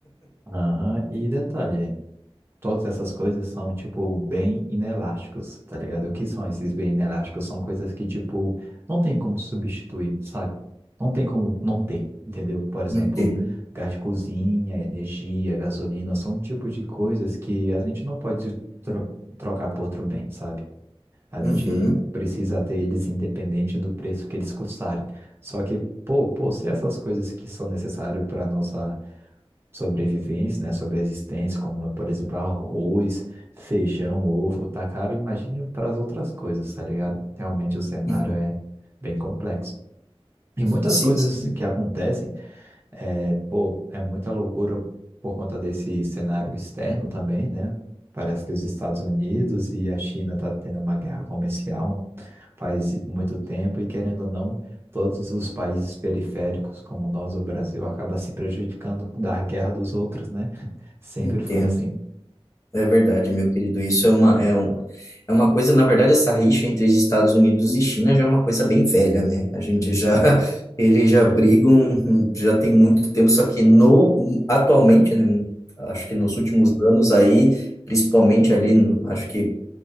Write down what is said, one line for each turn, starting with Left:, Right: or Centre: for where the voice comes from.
Right: Aham. E detalhe, todas essas coisas são, tipo, bem inelásticos, tá ligado? O que são esses bem inelásticos? São coisas que, tipo, não tem como substituir, sabe? Não tem como não ter, entendeu? Por exemplo,
Left: Entendo.
Right: gás de cozinha, energia, gasolina, são um tipo de coisas que a gente não pode tro- trocar por outro bem, sabe? A gente
Left: Uhum,
Right: precisa ter eles independente do preço que eles custarem. Só que, pô, pô, se essas coisas que são necessárias para nossa sobrevivência, né, sobre a existência, como, por exemplo, arroz, feijão, ovo, tá caro, imagine para as outras coisas, tá ligado? Realmente o cenário
Left: uhum.
Right: é bem complexo. E muitas
Left: Sim,
Right: coisas
Left: sim,
Right: que acontecem é, pô, é muita loucura por conta desse cenário externo também, né? Parece que os Estados Unidos e a China tá tendo uma guerra comercial faz muito tempo e querendo ou não, todos os países periféricos, como nós, o Brasil, acaba se prejudicando da guerra dos outros, né? <laughs> Sempre
Left: entendo.
Right: foi assim.
Left: É verdade, meu querido. Isso é uma, é um, é uma coisa, na verdade, essa rixa entre os Estados Unidos e China já é uma coisa bem velha, né? A gente
Right: Uhum,
Left: já, <laughs> eles já brigam, já tem muito tempo, só que no, atualmente, né? Acho que nos últimos anos aí, principalmente ali, no- acho que